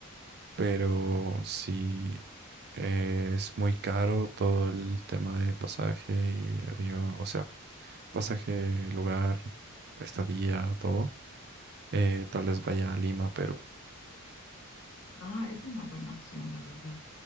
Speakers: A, on the right; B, on the left.
A: pero si es muy caro todo el tema de pasaje y avión, o sea, pasaje, lugar, estadía, todo. eh, tal vez vaya a Lima, Perú.
B: Ah, es una buena opción, la verdad.